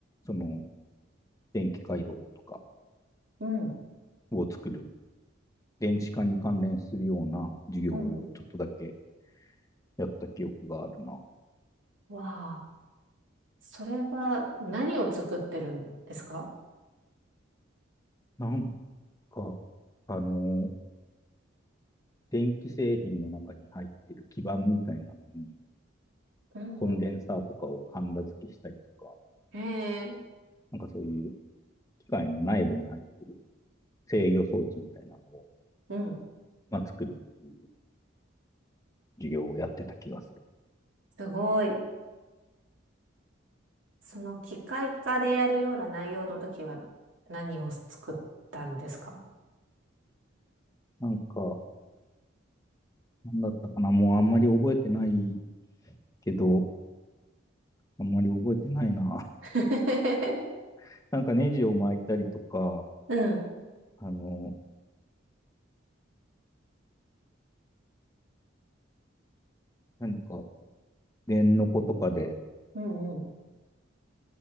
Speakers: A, on the left; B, on the right.
A: その、電気回路とか
B: うん、
A: を作る、電子化に関連するような授業をちょっとだけ
B: うん。
A: やった記憶があるな。
B: わあ、それは何を作ってるんですか
A: なんか、あの、電気製品の中に入ってる基板みたいなのに、
B: うん、
A: コンデンサーとかをハンダ付けしたりとか、
B: うん。ええ
A: なんかそういう機械の内部に入ってる制御装置みたいなのを、
B: うん。
A: まあ、作るっていう授業をやってた気がする。
B: すごい。その機械化でやるような内容の時は何を作ったんですか
A: なんか、なんだったかなもうあんまり覚えてないけど、あんまり覚えてないな。
B: <laughs>
A: <laughs> なんかネジを巻いたりとか、
B: うん。
A: あの、何か電の子とかで
B: うん、うん、